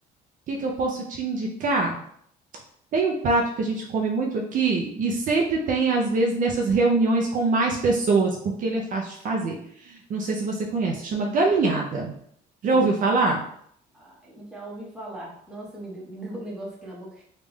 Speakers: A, on the right; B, in the centre.
A: que que eu posso te indicar? Tem um prato que a gente come muito aqui e sempre tem, às vezes, nessas reuniões com mais pessoas, porque ele é fácil de fazer. Não sei se você conhece, chama galinhada. Já
B: Opa!
A: ouviu falar?
B: Ai, já ouvi falar. Nossa, me deu, me deu um negócio aqui na boca.